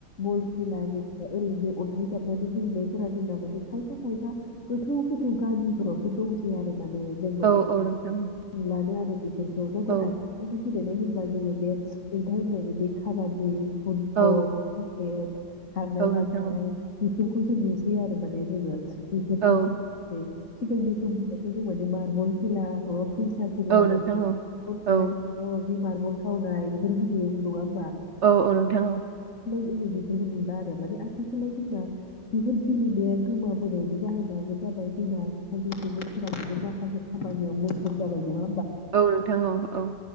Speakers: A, on the left; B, on the right.
A: बल खेला गेले ओरैनो अन्थाइ जाबनानै गेलेनायफोरा जोंना माने खायफा खायफा गोथौ गोथौ गामिफोरावसो दंसै आरो माने जों
B: औ
A: माने
B: औ नोंथां
A: नुलानो आरो नाथाय
B: औ
A: आथिखालनि गेलेनाय होनबा जोङो बे नोंथां होननाय बादि काबादि फुटबल
B: औ
A: क्रिकेट <unintelligible>
B: औ नोंथां औ
A: बेफोरखौसो नुसै आरो माने जोङो बिफोरखौसो
B: औ
A: <unintelligible> सिगांनि समनि <unintelligible> मारबल खेला फैसा खेला
B: औ नोंथां
A: नो
B: औ
A: <unintelligible>
B: औ
A: मारबल गावनाय बेफोर <unintelligible> नङा होमबा
B: औ औ नोंथां औ
A: दिनै बेफोरखौ नुला‌ आरो माने आथिखालाव जोंना बेफोर गेलेनाया गोमाबोनायनि जाहोनाबो जाबाय जोंना खायसे सुबुंफोरा माखासे खामानियाव मुखुब जाबाय नङा
B: औ नोंथां औ औ